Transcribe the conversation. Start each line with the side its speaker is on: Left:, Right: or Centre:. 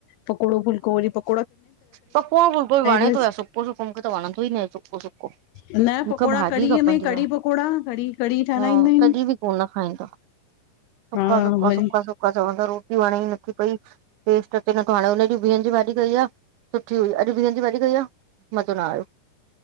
Left: पकोड़ो फुलको वरी पको
Right: पकौड़ो फुलको बि वणे
Left: बसि।
Right: तो या? सुको- सुको, मूखे त वणंदो ई न आए, सुको सुको।
Left: न
Right: मूंखे
Left: पकोड़ा
Right: भाॼी
Left: कढ़ीअ
Right: खपंदी
Left: में, कढ़ी
Right: आ
Left: पकौड़ा, कढड़ी- कढ़ी ठहाराईंदा
Right: हा
Left: आहिनि।
Right: तॾहिं बि कोन खाईंदा, सुका-
Left: हा
Right: सुका,
Left: वरी
Right: सुका- सुका, चवंदा रोटी वणे ई नथी पई। टेस्ट अचे नथो हाणे, उन्हें ॾींहं बीहनि जी भाॼी कई आह। सुठी, अॼ बिहनि जी भाॼी कई आह। मजो न आयो।